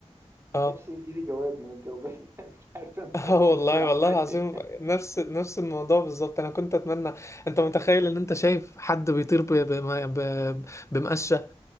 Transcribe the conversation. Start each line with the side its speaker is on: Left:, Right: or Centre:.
Left: اه
Right: نفسي يجيلي جواب من الجوابات <laughs> بتاعت مدرسه
Left: اه والله
Right: السحر
Left: والله العظيم
Right: دي
Left: نفس نفس الموضوع بالظبط انا كنت اتمنى انت متخيل ان انت شايف حد بيطير ب... ب... ب... بمقشه